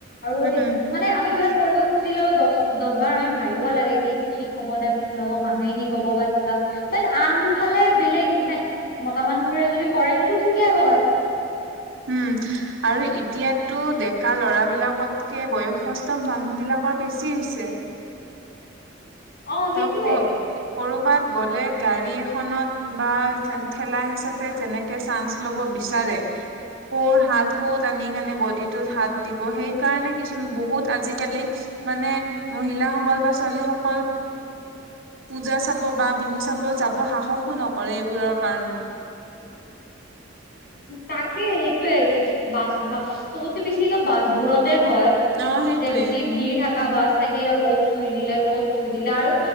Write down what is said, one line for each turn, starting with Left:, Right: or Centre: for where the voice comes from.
Left: আৰু
Right: উম
Left: সেই মানে আমি কিবা এটা কৰিব খুজিলেও দছ দছ বাৰ আমি ভাবিব লাগে কি এইটো ঠিক হ'ব নে ভুল হ'ব মানুহে কি ক'ব বা কিবা বাট আনফালে বেলেগ মানে মতা মানুহবোৰে যদি কৰে সেইটো ঠিকেই হয়।
Right: উম, আৰু এতিয়াতো ডেকা ল'ৰা বিলাকতকে বয়সস্থ মানুহ বিলাক কৰ বেছি হৈছে।
Left: অ সেইটোয়ে
Right: তেওঁক ক কৰ'বাত গ'লে গাড়ী এখনত বা ঠেলা হেচাতে যেনেকে চান্স ল'ব বিচাৰে। কৰ হাত কত কেনে বডিটোত হাত দিব সেইকাৰণে কিছুমান বহুত আজিকালি মানে মহিলাসকল বা ছোৱালীসকল পূজা চাব বা বিহু চাব যাব সাহসো নকৰে এইবোৰৰ কাৰণে।
Left: তাকে সেইটোয়ে এই বাছ-বাছ চবত বেছি বাছবোৰত হয়,
Right: অ সেইটোৱে
Left: যে বেছি ভিৰ থাকে কা বাছ থাকিলে অ'ত চুই দিলে ত'ত চুই দিলে আৰু